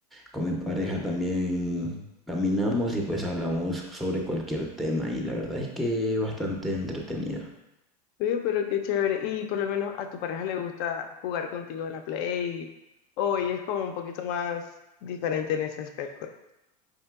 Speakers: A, in the centre; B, on the left (about 50°).
A: con mi pareja también caminamos y pues hablamos sobre cualquier tema y la verdad es que bastante entretenido.
B: Oye, pero qué chévere. Y por lo menos a tu pareja le gusta jugar contigo a la Play o ella es como un poquito más diferente en ese aspecto.